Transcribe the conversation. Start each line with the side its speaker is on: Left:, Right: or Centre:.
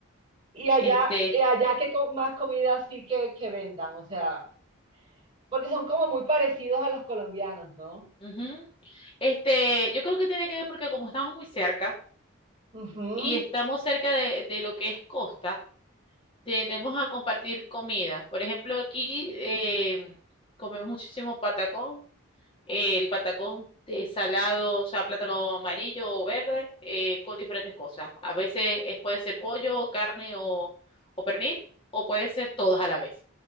Right: Y allá,
Left: Este,
Right: y allá que más comida así que, que vendan, o sea, porque son como muy parecidos a los colombianos, ¿no?
Left: ujú. Este, yo creo que tiene que ver porque como estamos muy cerca
Right: Ujú.
Left: y estamos cerca de, de lo que es costa. Tendemos a compartir comida. Por ejemplo, aquí eh, comemos muchísimo patacón. eh, el patacón de salado, o sea, plátano amarillo o verde, eh, con diferentes cosas. A veces eh, puede ser pollo, carne o, o pernil, o puede ser todos a la vez.